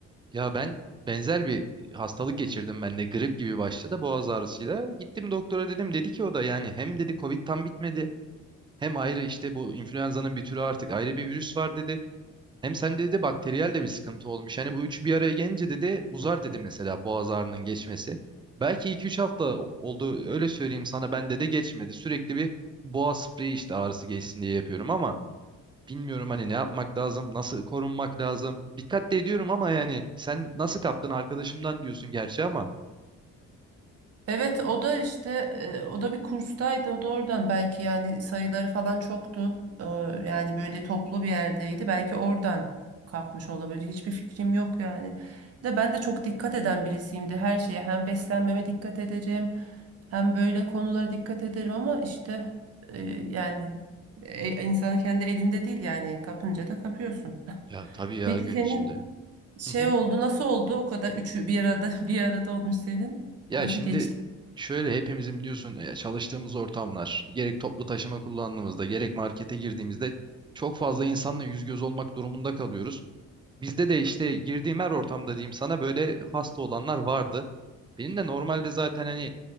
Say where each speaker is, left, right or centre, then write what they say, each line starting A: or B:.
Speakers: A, on the right; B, on the right.
A: Ya ben benzer bir hastalık geçirdim ben de grip gibi başladı boğaz ağrısıyla. Gittim doktora dedim dedi ki o da yani hem dedi Covid tam bitmedi Hem ayrı işte bu influenza'nın bir türü artık ayrı bir virüs var dedi. Hem sen dedi bakteriyel de bir sıkıntı olmuş. Hani bu üçü bir araya gelince dedi uzar dedi mesela boğaz ağrının geçmesi. Belki iki üç hafta oldu öyle söyleyeyim sana bende de geçmedi. Sürekli bir boğaz spreyi işte ağrısı geçsin diye yapıyorum ama bilmiyorum hani ne yapmak lazım, nasıl korunmak lazım. Dikkatli ediyorum ama yani sen nasıl kaptın arkadaşımdan diyorsun gerçi ama.
B: Evet o da işte e, o da bir kurstaydı o da oradan belki yani sayıları falan çoktu Ee, yani böyle toplu bir yerdeydi belki oradan kapmış olabilir hiçbir fikrim yok yani Bir de ben de çok dikkat eden birisiyimdi her şeye hem beslenmeme dikkat ederim hem böyle konulara dikkat ederim ama işte e, yani e, insanın kendi elinde değil yani kapınca da kapıyorsun.
A: Ya tabii ya
B: Peki
A: gün
B: senin
A: içinde.
B: şey
A: Hı hı.
B: oldu nasıl oldu o kadar üçü bir arada <laughs> bir arada olmuş senin
A: Ya
B: nasıl
A: şimdi
B: geçti?
A: şöyle hepimizin biliyorsun e, çalıştığımız ortamlar gerek toplu taşıma kullandığımızda gerek markete girdiğimizde çok fazla insanla yüz göz olmak durumunda kalıyoruz. Bizde de işte girdiğim her ortamda diyeyim sana böyle hasta olanlar vardı. Benim de normalde zaten hani